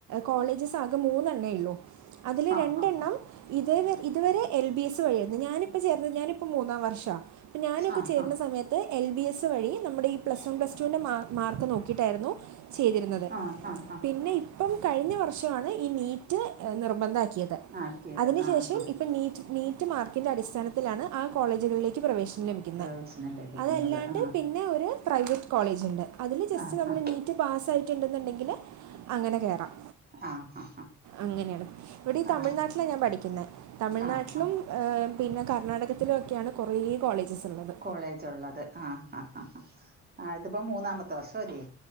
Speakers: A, on the right; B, on the right.
A: കോളേജസ് ആകെ മൂന്നെണ്ണയുള്ളൂ അതില്
B: ആ
A: രണ്ടെണ്ണം
B: ആ
A: ഇതേവ ഇതുവരെ എൽ ബി എസ് വഴിയായിരുന്നു ഞാനിപ്പ ചേർന്ന ഞാനിപ്പോ മൂന്നാം വർഷ അപ്പൊ ഞാനൊക്കെ
B: ആ
A: ചേരുന്ന
B: ആ
A: സമയത്ത് എൽ ബി എസ് വഴി നമ്മുടെ പ്ലസ് വൺ പ്ലസ് ടുവിൻ്റെ മാ മാർക്ക് നോക്കിയിട്ടായിരുന്നു ചെയ്തിരുന്നത്
B: ആ ആ ആ
A: പിന്നെ ഇപ്പം കഴിഞ്ഞ വർഷമാണ് ഈ നീറ്റ് നിർബന്ധാക്കിയത്
B: ആക്കിയത്
A: അതിനുശേഷം
B: ആ ആ
A: ഇപ്പ നീറ്റ് നീറ്റ് മാർക്കിന്റെ അടിസ്ഥാനത്തിലാണ് ആ കോളേജുകളിലേക്ക് പ്രവേശി ലഭിക്കുന്നെ
B: പ്രവേശനം ലഭിക്കുന്നത്
A: അതല്ലാണ്ട്
B: ആ
A: പിന്നെ ഒരു പ്രൈവറ്റ് കോളേജ്ണ്ട് അതില് ജസ്റ്റ്
B: ആ
A: നമ്മള്
B: ആ
A: നീറ്റ് പാസായിട്ടുണ്ടെന്നുണ്ടെങ്കില് അങ്ങനെ കേറാം
B: ആ ആ
A: അങ്ങനെയാണ് ഇവിടെ ഈ
B: ആ
A: തമിഴ്നാട്ടിലാണ് ഞാൻ പഠിക്കുന്നെ തമിഴ്നാട്ടിലും
B: ആ ആ ആ
A: ഏഹ് പിന്നെ കർണാടകത്തിലൊക്കെയാണ് കൊറെ കോളേജസ് ഉള്ളത്
B: കോളേജ് ഉള്ളത് ആഹ് ആ ആ ആ ആഹ് ഇതിപ്പോ മൂന്നാമത്തെ വർഷം അല്ലേ